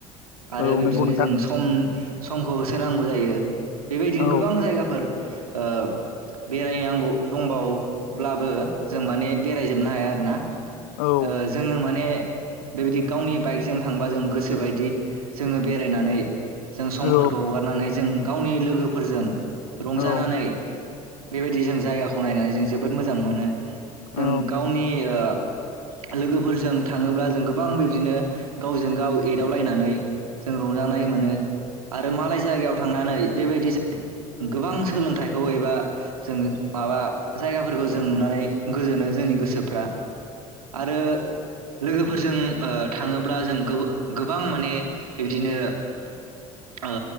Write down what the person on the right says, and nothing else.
आरो
बै
दिनो
जों सम समखौ होसोनांगौ जायो बेबायदिनो
गोबां जायगाफोर ओ बेरायनांगौ दंबाव ब्लाबो जों माने बेरायजोबनो हाया आरोना।
ओ जोङो माने बेबायदि गावनि बाइकजों थांबा जों गोसोबायदि जोङो बेरायनानै जों समफोरखौ
हगारनानै जों गावनि लोगोफोरजों रंजानानै
बेबायदि जों जायगाखौ नायनानै जों जोबोद मोजां मोनो जों
गावनि ओ लोगोफोरजों थाङोब्ला जों गोबां बेबदिनो गावजों गाव एदावलायनानै जों रंजानाय मोनो आरो मालाय जायगायाव थांनानै बेबायदि गोबां सोलोंथाइखौ एबा जों माबा जायगाफोरखौ जों नुनानै गोजोनो जोंनि गोसो फ्रा आरो लोगोफोरजों ओ थाङोब्ला जों गोब गोबां माने बिबदिनो ओ